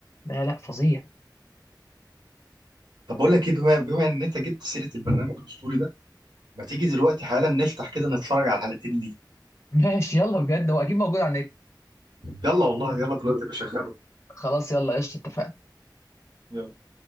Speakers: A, on the left; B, on the right.
A: لا لا فظيع
B: طب بقول لك إيه بما, بما إن أنت جبت سيرة البرنامج الأسطوري ده ما تيجي دلوقتي حالا نفتح كده نتفرج على الحلقتين ليه
A: <laughs> ماشي يلا بجد هو اكيد موجود على النت
B: يلا والله يلا دلوقتي بشغله
A: خلاص يلا قشطه اتفقنا
B: يلا